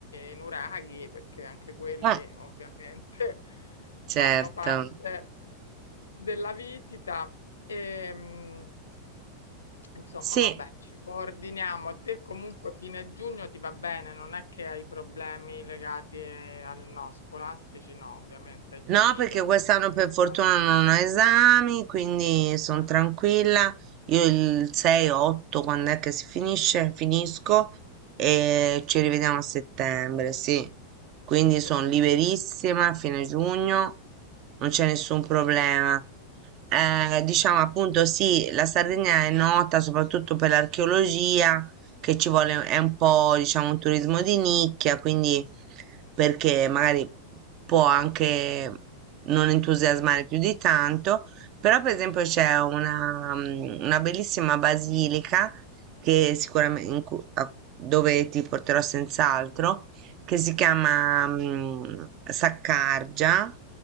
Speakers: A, on the left; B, on the right.
A: i nuraghi perché anche quelli
B: Ah,
A: ovviamente <laughs>
B: certo.
A: fanno parte della visita. Ehm, Insomma,
B: Sì.
A: vabbè, ci Sì. coordiniamo. A te comunque fine giugno ti va bene, non è che hai problemi legati eh, al no, scolastici, no, ovviamente hai finito,
B: No, perché
A: hai
B: quest'anno
A: concluso.
B: per fortuna non ho esami, quindi sono
A: Eh,
B: tranquilla. Io il 6-8, quando è che si finisce? Finisco e
A: ok,
B: ci rivediamo a settembre, sì. Quindi sono
A: perfetto.
B: liberissima a fine giugno, non c'è nessun problema. Eh, diciamo appunto sì, la Sardegna è nota soprattutto per l'archeologia, che ci vuole, è un po' diciamo un turismo di nicchia, quindi perché magari può anche non entusiasmare più di tanto, però per esempio c'è una, mm, una bellissima basilica che sicuramente in cu- a- dove ti porterò senz'altro, che si chiama mm, Saccargia,